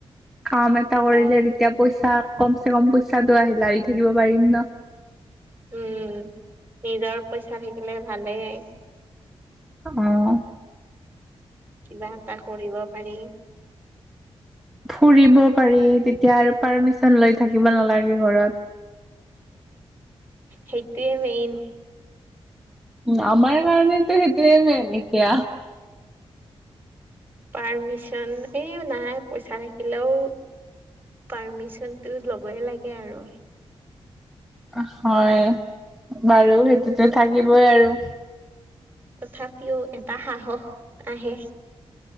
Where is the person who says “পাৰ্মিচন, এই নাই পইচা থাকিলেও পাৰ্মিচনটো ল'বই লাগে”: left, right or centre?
Right